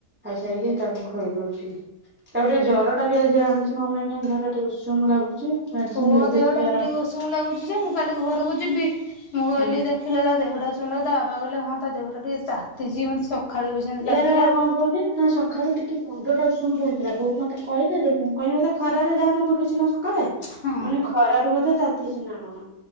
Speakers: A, on the right; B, on the left.
A: ଖାଇସାରିକି ତାକୁ ଖୋଇ ଦଉଛି। ତାକୁ ଟିକେ ଜ୍ୱର ଟା ବି ଆଜି ଆଣିଛି କଣ ପାଇଁ କେୟାଣୀ ଦେହ ଟା ଟିକେ ଉଷୁମ ଲାଗୁଛି। ମେଡିସିନ
B: ପୁଅ
A: ଦେଇଦେଇଛି
B: ଦେହଟା
A: ଜର
B: ବି ଟିକେ ଉଷୁମ ନାଗୁଛି ଯେ ମୁଁ କାଲି ଘରକୁ ଯିବି ମୁଁ କହିଲି
A: ହୁଁ
B: ଦେଖ <inaudible> ତା ଦେହଟା ଶୁଣିଲ ତା ବାବା କହିଲେ ତା ଦେହଟା ଟିକେ ତାତିଛି ମତେ ସକାଳୁ ସେମିତି
A: ୟାର
B: ଲାଗିଲା
A: କଣ କୁହନ୍ତି ନା ସକାଳୁ ଟି କି ମୁଣ୍ଡ ଟା ଉଷୁମ ରହିଥିଲା ବୋଉ ମତେ କହିଲେ ଯେ ମୁଁ କହିଲି ବୋଧେ ଖରାରେ ଯାହାହେନେ ବୁଲୁଛି ନା ସକାଳେ।
B: ହଁ
A: ମାନେ ଖରାରୁ ବୋଧେ ତାତିଛି ନା କଣ।